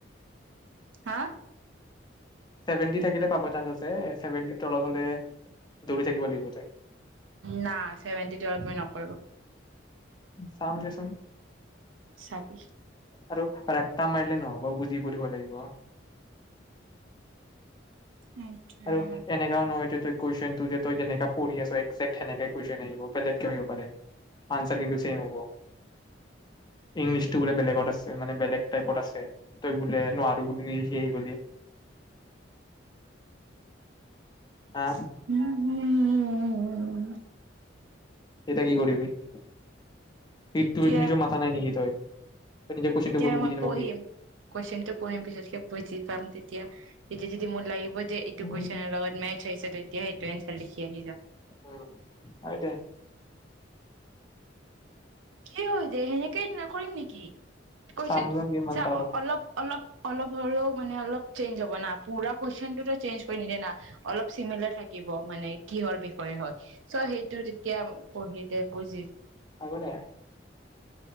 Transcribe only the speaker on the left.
চেভেনটি থাকিলে পাব চান্স আছে। ছেভেনটি তলত হলে দৌৰি থাকিব লাগিব তই
চাম দেচোন
আৰু ৰাত্তা মাৰিলে নহ'ব বুজি পাঢ়িব লাগিব
আৰু এনেকাও নহয় যে তই কুৱেচন টু তই যেনেকে পঢ়ি আছ একজেকট সেনেকে কুৱেচন আহিব বেলেগ কেও আৰু আহিব পাৰে আনচাৰ কিন্তু চেম হ'ব। ইংলিছ টো বোলে বেলেগত আছে মানে বেলেগ তাইপট আছে তই বোলে নুৱাৰো বুলি নিলিখি আহি গলি
হা
এটা কি কৰিবি সেইটোৱে
তু নিজৰ মাথা নাই নেকি তই তই নিজে কুৱেশনটো
পঢ়ি বুজি
নাপাবি
উম
উ হয় দে
চামচোন কিমান
পাৰ
হ'ব দে